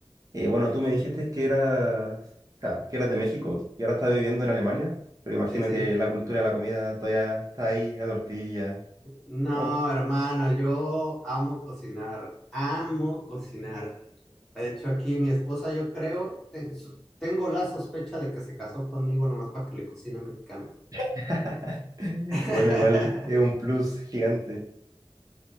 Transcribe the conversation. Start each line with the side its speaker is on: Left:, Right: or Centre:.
Right: eh, bueno, tú me dijiste que eras, o sea, que eras de México y ahora estás viviendo en Alemania, pero imagino
Centre: Sí, sí.
Right: que la cultura de la comida todavía está ahí a tortilla.
Centre: No,
Right: Ok.
Centre: hermano, yo amo cocinar, amo cocinar. De hecho, aquí mi esposa, yo creo, te- su- tengo la sospecha de que se casó conmigo nomás para que le cocine mexicano.
Right: <laughs>
Centre: <laughs>
Right: Bueno, igual es un plus gigante.